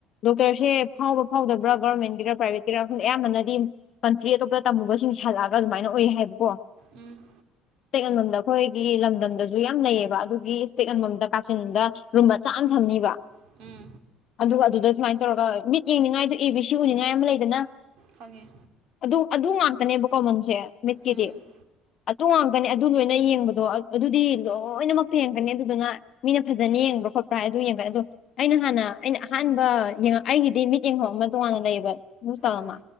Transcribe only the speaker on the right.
ꯎꯝ꯫
ꯎꯝ꯫
ꯈꯪꯉꯦ꯫
ꯎꯝ
ꯎꯝ